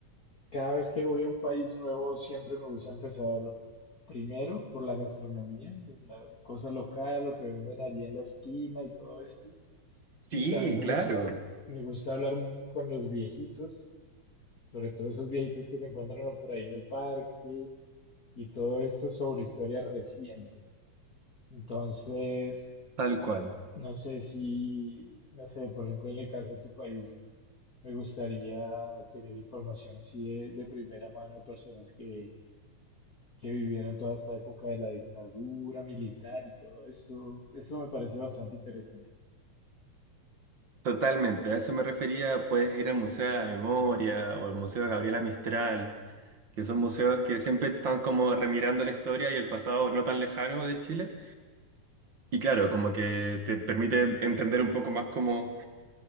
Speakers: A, on the left; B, on the right.
A: cada vez que voy a un país nuevo siempre me gusta empezar primero por la gastronomía, la cosa local, lo que venden allí en la esquina y todo esto.
B: Sí,
A: Y también me
B: claro.
A: gusta, me gusta hablar mu- con los viejitos, sobre todo esos viejitos que se encuentran uno por ahí en el parque y todo esto sobre historia reciente. Entonces,
B: Tal cual.
A: No sé si, no sé, por ejemplo, en el caso de tu país, me gustaría tener información así de, de primera mano de personas que, que vivieron toda esta época de la dictadura militar y todo esto. Eso me parece bastante interesante.
B: Totalmente, a eso me refería, puedes ir al Museo de la Memoria o al Museo de Gabriela Mistral. que son museos que siempre están como remirando la historia y el pasado no tan lejano de Chile. Y claro, como que te permite entender un poco más como